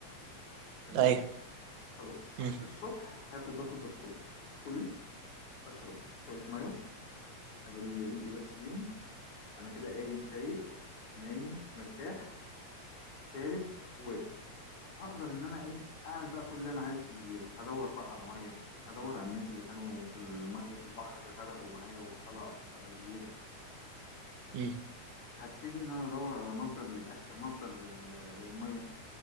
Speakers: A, on the left; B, on the right.
A: تمام
B: ايوه
A: خلاص صحيت
B: مم.
A: الصبح هاكل باكل بسكوت كله اشرب شويه ميه قبل ريقي بس بيهم انا كده قايم فايق نايم مرتاح شارب واكل هقدر ان انا ايه اعمل بقى كل اللي انا عايزه في الجزيره هدور بقى على ميه هدور على الناس اللي كانوا في الميه في البحر غرقوا معايا وطلعوا على الش- على الجزيره
B: مم.
A: هبتدي ان انا ادور على مصدر للاكل مصدر لل- للميه